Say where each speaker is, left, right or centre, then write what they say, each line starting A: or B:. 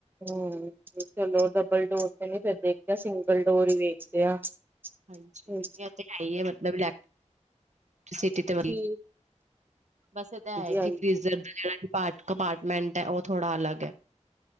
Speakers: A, on the right; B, on the right.
A: ਹਮ ਚਲੋ, ਡਬਲ ਡੋਰ ਤੇ ਨੀ ਫਿਰ ਦੇਖਦੇ ਸਿੰਗਲ ਡੋਰ ਹੀ ਵੇਖਦੇ ਆ।
B: ਹਾਂਜੀ,
A: ਠੀਕ
B: ਇਹ ਤੇ ਹੈਈ ਏ ਮਤਲੱਬ ਲੈ ਸਿਟੀ ਤੇ
A: ਹਾਂਜੀ
B: ਬਸ ਇਹ ਤਾਂ ਹੈ
A: ਹਾਂਜੀ
B: ਕਿ ਫਰਿਜ਼ਰ ਦਾ ਜਿਹੜਾ ਕਪਾਟ ਕਪਾਰਟਮੈਂਟ ਏ, ਉਹ ਥੋੜਾ ਅਲੱਗ ਐ।